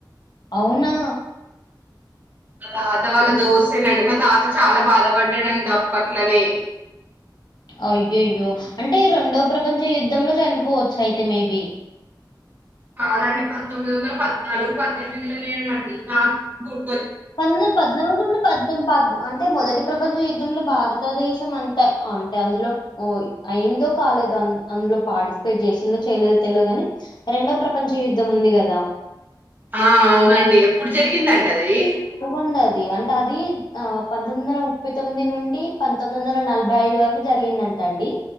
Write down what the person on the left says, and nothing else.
అవునా
హ్మ్.
అయ్యోయ్యో అంటే రెండో ప్రపంచ యుద్ధంలో చనిపోవచ్చు అయితే మేబి
పంతొమ్మిది పద్నాలుగు నుండి పద్దెనిమిది పద్నాలు అంటే మొదటి ప్రపంచ యు యుద్ధంలో భారతదేశం అంతా అంటే అందులోఓ అయిందో కాలేదు అందులో పార్టిసిపేట్ చేసిందో చేయలేదో తెలివదు కాని రెండో ప్రపంచ యుద్ధం ఉంది కదా
ఉండది అంటే అది ఆ పంతొమ్మిది వందల ముప్పై తొమ్మిది నుండి పంతొమ్మిది వందల నలభై ఐదు వరకు జరిగిందంట అండి